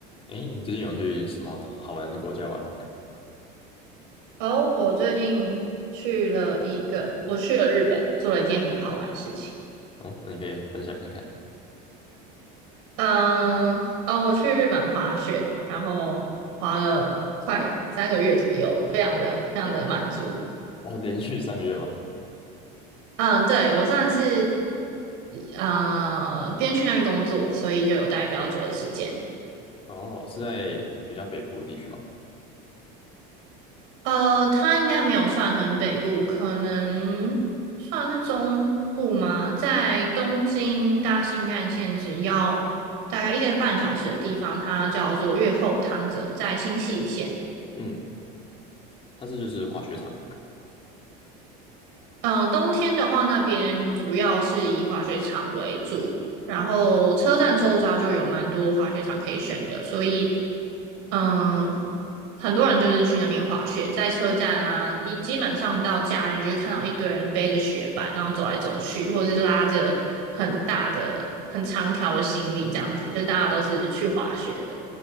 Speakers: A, on the left; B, on the right.
A: 诶，你最近有去什么好玩的国家玩吗？
B: 然后我最近去了一个，我去了日本，做了一件很好玩的事情。
A: 哦，那你可以分享看看。
B: 嗯，哦，我去日本滑雪，然后滑了快三个月左右，非常的非常的满足。
A: 哦，连续三个月吗？
B: 嗯，对，我算是呃边去那边工作，所以就有待比较久的时间。
A: 哦，是在比较北部的地区吗？
B: 呃，它应该没有算很北部，可能算是中部吗？在东京搭新干线只要大概一个半小时的地方，它叫做越后汤泽，在新泻县。
A: 嗯，它是就是滑雪场。
B: 呃，冬天的话，那边主要是以滑雪场为主，然后车站周遭就有蛮多滑雪场可以选的，所以嗯，很多人就是去那边滑雪，在车站啊，一基本上到假日就会看到一堆人背着雪板，然后走来走去，或者是拉着很大的、很长条的行李这样子，就大家都是去滑雪的。